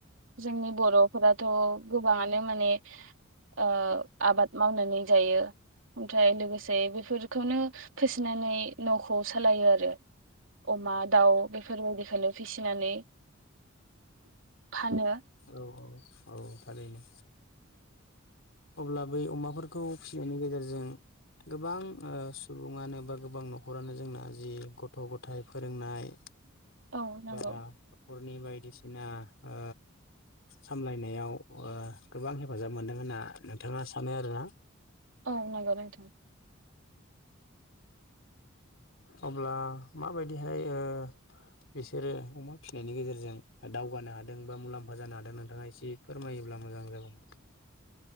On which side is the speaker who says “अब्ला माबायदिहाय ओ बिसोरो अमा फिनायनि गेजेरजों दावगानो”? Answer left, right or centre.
Left